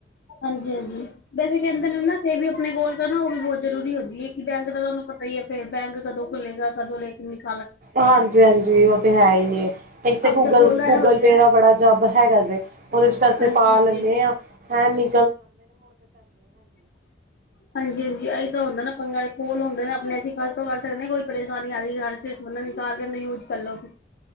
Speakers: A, on the left; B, on the right.
A: ਹਾਂਜੀ ਹਾਂਜੀ ਵੈਸੇ ਕਹਿੰਦੇ ਨੇ ਨਾ ਸੇਵ ਆਪਣੇ ਕੋਲ ਕਰਨਾ ਉਹ ਵੀ ਬਹੁਤ ਜ਼ਰੂਰੀ ਹੁੰਦੀ ਹੈ ਕਿ ਬੈਂਕ ਦਾ ਤੁਹਾਨੂੰ ਪਤਾ ਹੀ ਹੈ ਫੇਰ ਬੈਂਕ ਕਦੋਂ ਖੁੱਲੇਗਾ ਕਦੋਂ ਲੈ ਕੇ ਨਿਕਲ
B: ਹਾਂਜੀ ਹਾਂਜੀ ਉਹ ਤੇ ਹੈ ਹੀ ਹੈ ਇੱਕ ਤੇ ਗੂਗਲ
A: ਆਪਦੇ ਕੋਲ ਦਾ
B: ਗੂਗਲ
A: ਇਹ ਹੁੰਦਾ
B: ਪੇ ਦਾ ਬੜਾ ਜਬ ਹੈ ਹੈ ਕਰਦੇ ਉਹਦੇ ਚ ਪੈਸੇ
A: ਹਾਂਜੀ
B: ਪਾ
A: ਹਾਂਜੀ
B: ਲੈਂਦੇ ਆ ਹੈਂ ਨੀ
A: ਹਾਂਜੀ ਹਾਂਜੀ ਇਹ ਤਾਂ ਹੁੰਦਾ ਨਾ ਪੰਗਾ ਦੇ ਕੋਲ ਹੁੰਦਾ ਆਪਣੇ ਐਸੀ ਖਰਚ ਕਰ ਸਕਦੇ ਹਾਂ ਕੋਈ ਪਰੇਸ਼ਾਨੀ ਆ ਰਹੀ ਖਰ ਚ ਬੰਦਾ ਨਿਕਾਲ ਕੇਦਾ ਯੂਜ ਕਰ ਲੋ